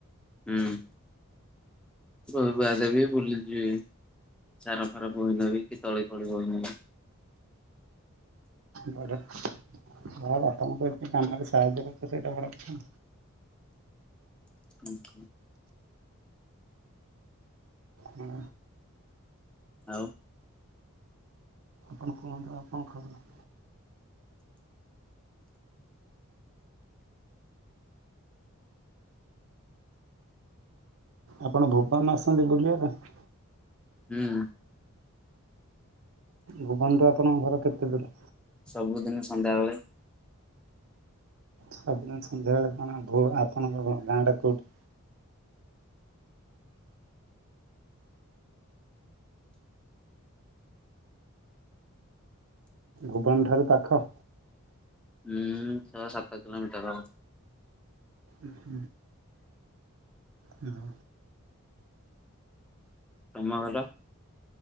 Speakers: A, in the centre; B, on the right.
A: ହୁଁ, ଘରୁ ବାହାରେ ବି ବୁଲି ଯିବି। ସାର ଫାର ବୋହି ନେବି କି ତଳି ଫଳି ବହି ନେବି।
B: ବଡ ଯା ହଉ ବାପାଙ୍କୁ ତ ଏତେ କାମରେ ସାହାଯ୍ୟ କରୁଛ ସେଇଟା ବଡ କଥା।
A: ଆଚ୍ଛା।
B: ହଁ।
A: ଆଉ।
B: ଆପଣ କୁହନ୍ତୁ ଆଉ କଣ ଖବର? ଆପଣ ଭୁବନ ଆସନ୍ତି ବୁଲିବା ପାଇଁ?
A: ହୁଁ।
B: ଭୁବନଠୁ ଆପଣଙ୍କ ଘର କେତେ ଦୂର?
A: ସବୁଦିନ ସନ୍ଧ୍ୟାବେଳେ
B: ସବୁଦିନ ସନ୍ଧ୍ୟାବେଳେ କଣ ଭୋ ଆପଣଙ୍କ ଗାଁ ଟା କେଉଁଠି? ଭୁବନ ଠାରୁ ପାଖ।
A: ହୁଁ ଛଅ ସାତ କିିଲୋମିଟର ହବ।
B: ଉଁ ହୁଁ। ହୁଁ।
A: ତମ ଘର?